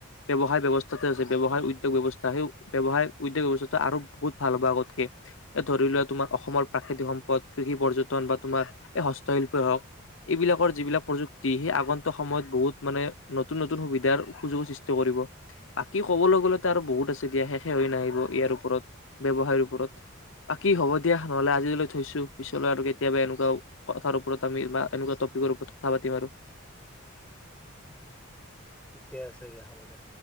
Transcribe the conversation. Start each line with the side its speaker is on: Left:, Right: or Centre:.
Left: ব্যৱসায় ব্যৱস্থাটো আছে ব্যৱসায় উদ্যোগ ব্যৱস্থা সেই ব্যৱসায় উদ্যোগ ব্যৱস্থা আৰু বহুত ভাল হ'ব আগতকে ধৰি লোৱা তোমাৰ অসমৰ প্ৰাকৃতিক সম্পদ কৃষি পৰ্যটন বা তোমাৰ এই হস্তশিল্পই হওক এইবিলাকৰ যিবিলাক প্ৰযুক্তি সেই আগন্তুক সময়ত বহুত মানে নতুন নতুন সুবিধাৰ সুযোগৰ সৃষ্টি কৰিব বাকী ক'বলৈ গ'লেতো আৰু বহুত আছে দিয়া শেষে হৈ নাহিব ইয়াৰ ওপৰত ব্যৱসায়ৰ ওপৰত বাকী হ'ব দিয়া নহলে আজিলৈ থৈছো পিছলৈ আৰু কেতিয়াবা এনেক কথাৰ ওপৰত আমি বা এনেকোৱা টপিকৰ ওপৰত কথা পাতিম আৰু
Centre: ঠিকে আছে দিয়া হ'ব দিয়া